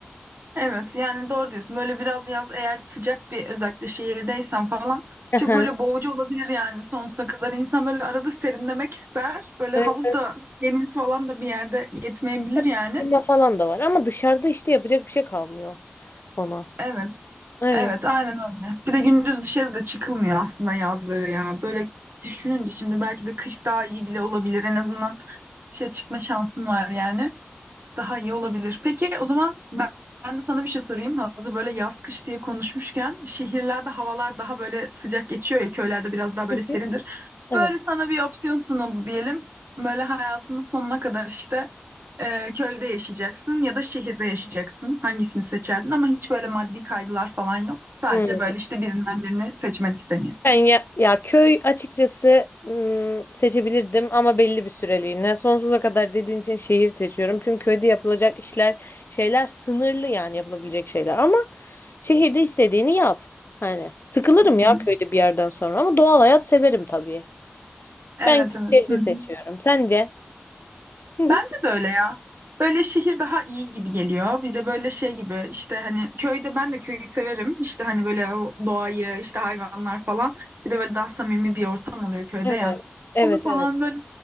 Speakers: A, on the right; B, on the left.
A: Evet yani doğru diyorsun. Böyle biraz yaz eğer sıcak bir özellikle şehirdeysen falan
B: Aha.
A: çok böyle boğucu olabilir yani sonsuza kadar. İnsan böyle arada serinlemek ister. Böyle
B: Böyle
A: havuz da deniz falan da bir yerde yetmeyebilir
B: birazcık
A: yani.
B: klima falan da var ama dışarıda işte yapacak bir şey kalmıyor ona.
A: Evet.
B: Evet.
A: Evet aynen öyle. Bir de gündüz dışarıda çıkılmıyor aslında yazları ya. Böyle düşününce şimdi belki de kış daha iyi bile olabilir. En azından dışarı çıkma şansın var yani. Daha iyi olabilir. Peki o zaman ben, ben de sana bir şey sorayım. Hazır böyle yaz kış diye konuşmuşken şehirlerde havalar daha böyle sıcak geçiyor ya köylerde biraz daha böyle
B: Hı.
A: serindir.
B: Evet.
A: Böyle sana bir opsiyon sunuldu diyelim. Böyle hayatının sonuna kadar işte e, köyde yaşayacaksın ya da şehirde yaşayacaksın. Hangisini seçerdin ama hiç böyle maddi kaygılar falan yok. Sadece
B: Hmm.
A: böyle işte birinden birini seçmen isteniyor.
B: Ben ya, ya köy açıkçası hmm, seçebilirdim ama belli bir süreliğine. Sonsuza kadar dediğin için şehir seçiyorum. Çünkü köyde yapılacak işler, şeyler sınırlı yani yapılabilecek şeyler. Ama şehirde istediğini yap. Hani sıkılırım ya
A: Hı.
B: köyde bir yerden sonra ama doğal hayat severim tabii.
A: Evet
B: Ben
A: evet.
B: şehri
A: Hı hı.
B: seçiyorum. Sence? <laughs>
A: Bence de öyle ya. Böyle şehir daha iyi gibi geliyor. Bir de böyle şey gibi işte hani köyde ben de köyü severim. İşte hani böyle o doğayı işte hayvanlar falan. Bir de böyle daha samimi bir ortam oluyor köyde
B: Evet.
A: ya.
B: Evet,
A: Onu falan
B: evet.
A: böyle